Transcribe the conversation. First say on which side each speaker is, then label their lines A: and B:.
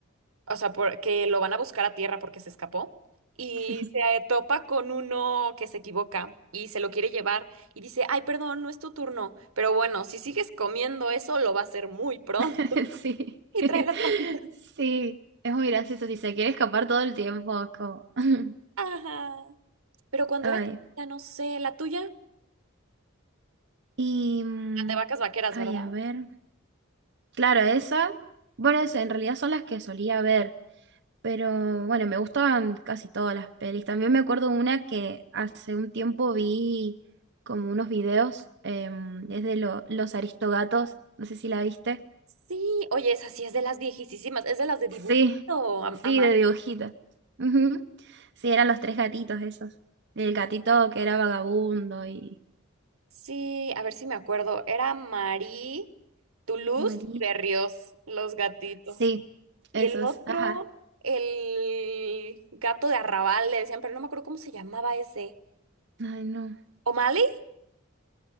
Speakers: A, on the right (about 85°); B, on the right (about 55°).
A: o sea, porque lo van a buscar a tierra porque se escapó y
B: Sí,
A: se topa con uno que se equivoca y se lo quiere llevar y dice, ay, perdón, no es tu turno, pero bueno, si sigues comiendo eso lo va a hacer muy pronto
B: <laughs>
A: <laughs>
B: sí,
A: y
B: <laughs>
A: trae las papitas.
B: sí, es muy gracioso. Si se quiere escapar todo el tiempo, es como... <laughs>
A: Ajá. Pero cuando
B: Ay,
A: era chiquita, no sé, la tuya, la
B: y... mm,
A: de vacas vaqueras,
B: Ay,
A: ¿verdad?
B: a ver. Claro, esa. Bueno, es- en realidad son las que solía ver, pero bueno, me gustaban casi todas las pelis. También me acuerdo una que hace un tiempo vi como unos videos, em, es de lo- Los Aristogatos, no sé si la viste.
A: Sí, oye, esa sí es de las viejísimas, es de las de dibujito,
B: Sí,
A: a,
B: sí,
A: a mano.
B: de dibujito. Ujú. Sí, eran los tres gatitos esos. El gatito que era vagabundo y
A: Sí, a ver si me acuerdo. Era Marie, Toulouse
B: María.
A: y Berrios, los gatitos.
B: Sí,
A: Y
B: esos,
A: el otro,
B: ajá.
A: el gato de Arrabal, le decían, pero no me acuerdo cómo se llamaba ese.
B: Ay, no.
A: ¿O'Malley?